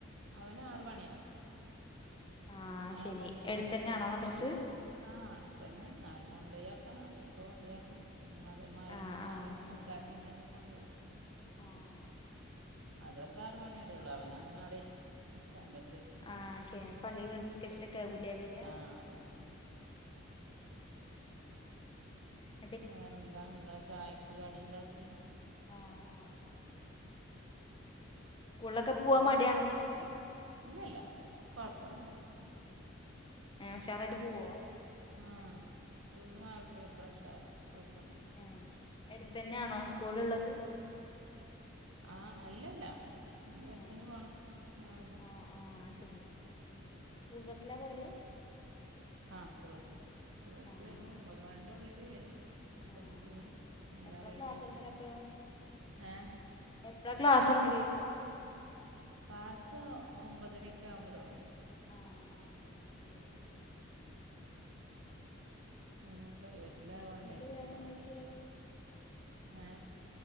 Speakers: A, on the right; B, on the left.
A: അവന് ആറ് മണിയാവും.
B: ആഹ്
A: ആറ്
B: ശരി
A: മണിക്ക്
B: എടുത്തന്നെയാണോ
A: മദ്രസ വിടും
B: മദ്രസ്
A: ആ അടുത്ത് തന്നെ ന്നാലും കൊണ്ടു പോയിആക്കണം. ഓന്റെ ഉപ്പ കൊണ്ട് പോയിയാകും. ഇനി മത മഗ്‌രിബിന്
B: ആഹ് ആഹ്
A: മത നിസ്കാരം
B: ശരി
A: കഴിഞ്ഞ് വരുമ്പ കൊണ്ടരും
B: ആഹ്
A: മദ്രസ ആറ് മണിവരേ ഉള്ളൂ അവനങ്ങനെ അവിടെ ഇരിക്കും ഉസ്താദിന്റെ അടുത്ത് ഇരിക്കും
B: ആഹ് ശരി ന്നിട്ട് പള്ളി കേറി നിസ്കരിച്ചിട്ട് ഒക്കെയാവൂല്ലേ വര.
A: ആ അതെ
B: <inaudible>
A: വേറെന്താ എന്താ ചായക്ക് കടി ഇണ്ടാക്കി
B: ആഹ് ആഹ് സ്കൂൾലൊക്കെ പോവാൻ മടിയാണോ കുട്ടിക്ക്
A: ഇല്ല ഇല്ല കുഴപ്പമൊന്നുമില്ല.
B: ആ ഉഷാറായിട്ട് പോവോ?
A: ആ സ്കൂൾല് മർസൊക്കെ ഉശാറാ കുഴപ്പൊന്നുല്ല
B: ആഹ് എട്ത്തന്നെണോ സ്കൂളുള്ളത്
A: ആ അല്ലല്ല അവന് ബസ്സിന്
B: ഏഹ്
A: പോണം രാവിലെ
B: ആഹ് ആഹ് ശരി സ്കൂൾ ബസ്സിലാ പോവല്
A: ആ സ്കൂൾ ബസ് സ്കൂൾ ബസ്സ്
B: ആഹ്
A: വരും ഒൻമ്പത് മണിന്റുള്ളില് വരും അപ്പക്ക്
B: ആഹ്
A: പോവും
B: ആഹ്
A: എല്ലാം
B: എപ്പളാ
A: റെഡിയാക്കി.
B: ക്ലാസ് തുടങ്ങല് അപ്പൊ
A: ഏ
B: എപ്പളാ ക്ലാസ് തുടങ്ങല് ചോയ്ക്ക
A: ക്ലാസ്സ്‌ ഒൻമ്പതാരയൊക്കെ ആവുമ്പോ തുടങ്ങും.
B: ആഹ് ആഹ് ശരി
A: നാനും പ്രൈവറ്റില ആണ്ടേയ
B: എന്നിട്ട് വേറെന്തൊക്കെ
A: അപ്പ ആഹ്